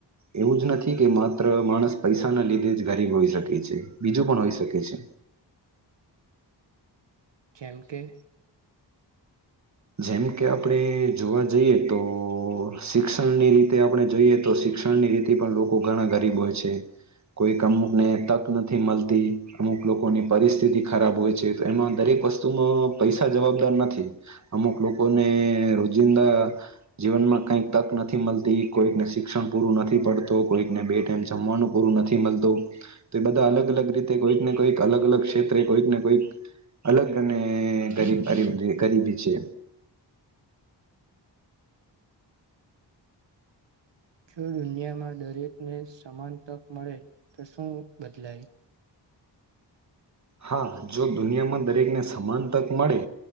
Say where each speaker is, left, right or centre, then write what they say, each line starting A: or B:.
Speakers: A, on the right; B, on the right.
A: એવું જ નથી કે માત્ર માણસ પૈસા ના લીધે જ ગરીબ હોઈ શકે છે બીજું પણ હોઈ શકે છે.
B: જેમ કે
A: જેમ કે આપણે જોવા જઈએ તો શિક્ષણની રીતે આપણે જોઈએ તો શિક્ષણની રીતે પણ લોકો ઘણા ગરીબ હોય છે. કોઈક અમુકને તક નથી મળતી, અમુક લોકોની પરિસ્થિતિ ખરાબ હોય છે તો એમાં દરેક વસ્તુમાં પૈસા જવાબદાર નથી. અમુક લોકોને રોજિંદા જીવનમાં કંઈક તક નથી મળતી, કોઈકને શિક્ષણ પૂરું નથી પડતું, કોઈકને બે ટાઈમ જમવાનું પૂરું નથી મળતું તો એ બધા અલગ અલગ રીતે કોઈકને કોઈક અલગ અલગ ક્ષેત્રે કોઈક ને કોઈક અલગ અને ગરીબ ગરીબ ગરીબી છે.
B: જો દુનિયામાં દરેકને સમાન તક મળે, તો શું બદલાય?
A: હા જો દુનિયામાં દરેકને સમાન તક મળે